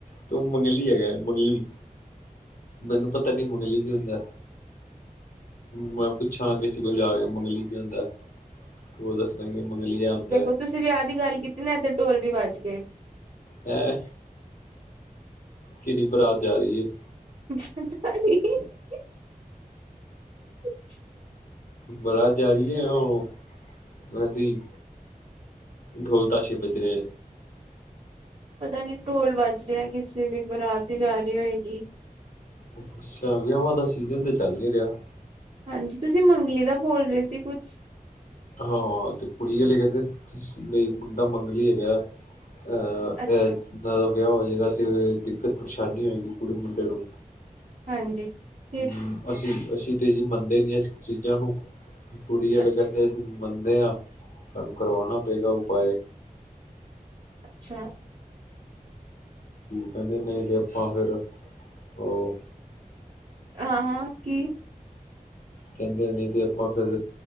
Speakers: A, on the left (about 70°); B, on the right (about 60°).
A: ਤੂੰ ਮੰਗਲੀ ਹੈਗਾ ਮੰਗਲੀ, ਮੈਨੂੰ ਪਤਾ ਨੀ ਮੰਗਲੀ ਕੀ ਹੁੰਦਾ? ਮੈਂ ਪੁੱਛਾਂ ਕਿਸੇ ਕੋਲ ਜਾ ਕੇ ਮੰਗਲੀ ਕੀ ਹੁੰਦਾ? ਉਹ ਦੱਸਾਂਗੇ। ਮੰਗਲੀਆ ਹੁੰਦਾ
B: ਦੇਖੋ, ਤੁਸੀਂ ਵਿਆਹ ਦੀ ਗੱਲ ਕੀਤੀ ਨਾ ਇੱਧਰ ਢੋਲ ਵੀ ਵੱਜ ਗਏ।
A: ਹੈਂ, ਕਿਦੀ ਬਰਾਤ ਜਾ ਰਹੀ ਹੈ?
B: <unintelligible>
A: ਬਰਾਤ ਜਾ ਰਹੀ ਹੈ ਉਹ ਵੈਸੀਂ, ਢੋਲ-ਤਾਸ਼ੇ ਭੱਜਰੇ
B: ਪਤਾ ਨਹੀ, ਢੋਲ ਵੱਜ ਰਿਹਾ ਕਿਸੇ ਦੀ ਬਰਾਤ ਤੇ ਜਾਰਹੀ ਹੋਏਗੀ।
A: ਅੱਛਾ, ਵਿਆਾਵਾਂ ਦਾ ਸੀਜਨ ਤੇ ਚੱਲ ਨੀ ਰਿਹਾ।
B: ਹਾਂਜੀ ਤੁਸੀਂ, ਮੰਗਲੀ ਦਾ ਬੋਲ ਰਹੇ ਸੀ ਕੁਛ।
A: ਹਾਂ, ਤੇ ਕੁੜੀ ਵਾਲੇ ਬਈ ਕਹਿੰਦੇ ਮੁੰਡਾ ਮੰਗਲੀ ਹੈਗਾ। ਅਹ
B: ਅੱਛਾ
A: ਇਦਾ ਦਾ ਵਿਆਹ ਹੋਵੇ। ਇਹਦਾ ਤਾਂ ਦਿੱਕਤ ਪਰੇਸ਼ਾਨੀ ਹੋਗੀ ਕੁੜੀ ਮੁੰਡੇ ਨੂੰ।
B: ਹਾਂਜੀ ਫਿਰ
A: ਹਮ ਅਸੀਂ ਅਸੀ ਅਤੇ ਜੀ ਮੰਨਦੇ ਨਹੀਂ ਇਸ ਚੀਜ਼ਾਂ ਨੂੰ ਕੁੜੀ ਆਲੇ
B: ਅੱਛਾ
A: ਕਦੇ ਅਸੀਂ ਮੰਨਦੇ ਹਾਂ। ਤਾਨੂੰ ਕਰਵਾਉਣਾ ਪਏਗਾ ਉਪਾਏ।
B: ਅੱਛਾ।
A: ਕਹਿੰਦੇ ਨਹੀਂ ਤੇ ਆਪਾਂ ਫਿਰ ਉਹ
B: ਹਾਂ ਕੀ।
A: ਕਹਿੰਦੇ ਨਹੀਂ, ਕਿ ਆਪਾਂ ਫਿਰ